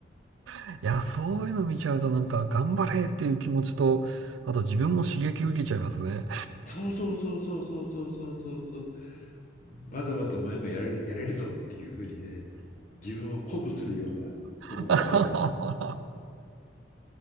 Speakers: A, on the right; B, on the left.
A: あ、いや、そういうの見ちゃうとなんか頑張れっていう気持ちと、あと自分も刺激受けちゃいますね。
B: そうそうそうそうそうそうそうそうそう。まだまだお前もやれる、やれるぞっていうふうにね、自分を鼓舞するようなところはあるよ。
A: <laughs>